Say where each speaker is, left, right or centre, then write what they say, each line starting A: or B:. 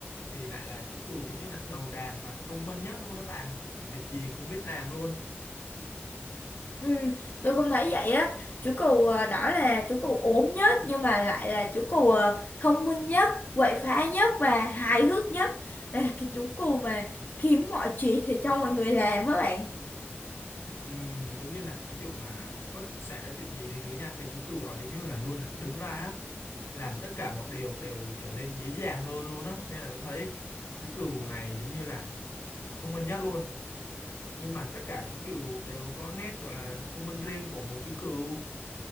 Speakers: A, on the left (about 75°); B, on the left (about 45°).
A: thì lại là chú cừu giống như là đầu đàn và thông minh nhất luôn đó bạn việc gì cũng biết làm luôn
B: Ừ, tôi cũng thấy vậy á. Chú cù à, đó là chú cù ốm nhất nhưng mà lại là chú cù à, thông minh nhất, quậy phá nhất và hài hước nhất. Đây là cái chú cù mà kiếm mọi chuyện để cho mọi người làm á bạn.
A: ừ, giống như là thí dụ mà có xảy ra chuyện gì đến đứa nha cái chú cừu đó giống như là luôn là đứng ra á, làm tất cả mọi điều đều trở nên dễ dàng hơn luôn á nên là tôi thấy chú cừu này giống như là thông minh nhất luôn nhưng mà tất cả chú cừu đều có nét gọi là thông minh riêng của mỗi chú cừu